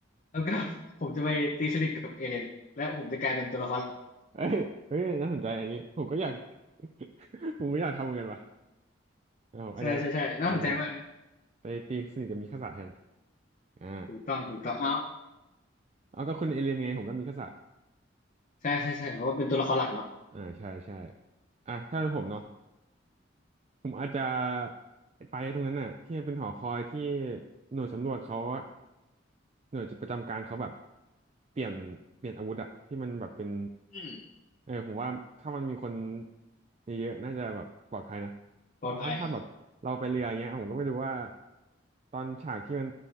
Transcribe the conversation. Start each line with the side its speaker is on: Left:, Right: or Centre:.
Left: แล้วก็ <laughs> ผมจะไปตีสนิทกับเอเลนและผมจะกลายเป็นตัวละครหลัก
Right: เอ้ยเฮ้ยน่าสนใจอันนี้ผมก็อยาก <laughs> ผมก็อยากทำเหมือนกันว่ะเออผมอาจจะ
Left: ใช่ใช่ใช่น่าสนใจมากนะ
Right: เออไปตีสนิทกับมิคาสะแทนอ่า
Left: ถูกต้องถูกต้องเอา
Right: เอาก็คุณเอเลียนไงผมก็มิคาสะ
Left: ใช่ใช่ใช่เพราะว่าเป็นตัวละครหลักเนาะ
Right: อ่าใช่ใช่อ่ะถ้าเป็นผมเนาะ ผมอาจจะไปตรงนั้นน่ะที่มันเป็นหอคอยที่หน่วยสำรวจเขาอะหน่วยประจำการเขาแบบเปลี่ยนเปลี่ยนอาวุธอะที่มันแบบเป็น
Left: อืม
Right: เออผมว่าถ้ามันมีคนเยอะๆน่าจะแบบปลอดภัยนะ
Left: ปลอดภัย
Right: เพราะว่าถ้าแบบเราไปเรืออย่างเงี้ยผมก็ไม่รู้ว่าตอนฉากที่มัน